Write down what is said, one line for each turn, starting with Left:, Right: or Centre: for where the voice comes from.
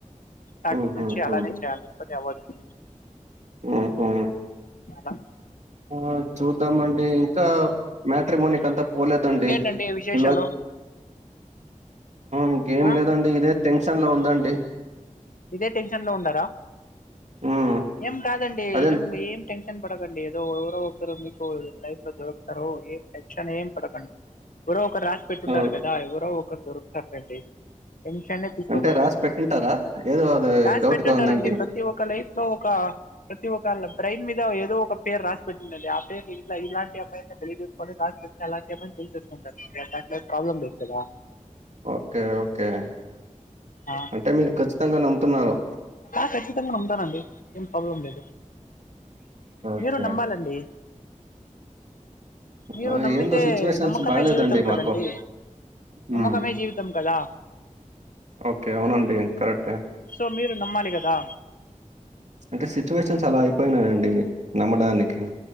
Left: సాటి
Right: హుహుహు.
Left: మంచి అలానే చేయాలి కొన్ని అవాయిడ్
Right: హుహు.
Left: మేడమ్
Right: ఆ చూద్దామండి ఇంకా మ్యాట్రిమోనీ కి అంట పోలేదండి
Left: ఇంకేంటండి విశేషాలు
Right: ఇలా ఇంకేం
Left: ఆ
Right: లేదండి ఇదే టెన్షన్లో ఉందాండి
Left: ఇదే టెన్షన్ లో ఉండరా
Right: మ్మ్
Left: ఏం కాదండి
Right: అదే
Left: ఏం ఏం టెన్షన్ పడకండి ఏదో ఎవరో ఒకరు మీ లైఫ్ లో దొరుకుతారు ఏం టెన్షన్ ఏం పడకండి ఎవరో ఒకరు రాసి పెట్టుంటారు
Right: ఆ!
Left: కదా ఎవరో ఒకరు దొరుకుతారు లేండి టెన్షన్ ఏ తీసుకోకండి
Right: అంటే రాసి పెట్టింటారా ఏదో అది
Left: రాసి
Right: డౌట్
Left: పెట్ంటుటారండి
Right: గా ఉందండి
Left: ప్రతి ఒక్క లైఫ్ లో ఒక ప్రతి ఒక బ్రెయిన్ మీద ఏదో ఒక పేరు రాసి పెట్టిందండి ఆ పేరు ఇలా ఇలాంటి అమ్మాయి చూసుకొనీ రాసి అలాంటి అమ్మాయిని పెళ్లి చేసుకుంటారు దాంట్లో ప్రాబ్లమ్ లేదు కాదా
Right: ఓకే ఓకే
Left: ఆ
Right: అంటే మీరు ఖచ్చితంగా నమ్ముతున్నారు
Left: ఆ ఖచ్చితంగా నమ్ముతానండి ఏం ప్రాబ్లం లేదు
Right: ఓకే
Left: మీరు నమ్మాలండి మీరు
Right: ఆ!
Left: నమ్మితే
Right: ఏందో సిచ్యువేషన్స్
Left: నమ్మకమే
Right: బాలేదండి
Left: జీవితం కదండి
Right: మాకు
Left: నమ్మకమే
Right: మ్మ్
Left: జీవితం కదా
Right: ఓకే అవునండి కరెక్టే
Left: సో మీరు నమ్మాలి కదా
Right: అంటే సిచ్యువేషన్స్ అలా అయిపోయినాయండి నమ్మడానికి